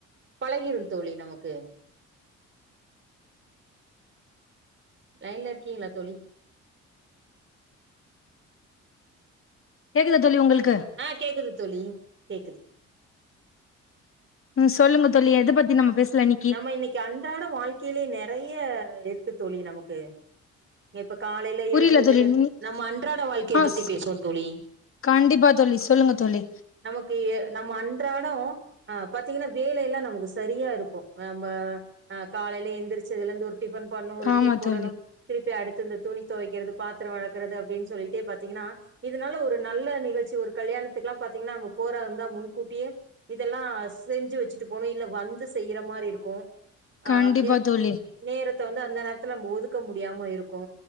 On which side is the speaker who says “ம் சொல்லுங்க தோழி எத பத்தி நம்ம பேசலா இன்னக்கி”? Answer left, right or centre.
Left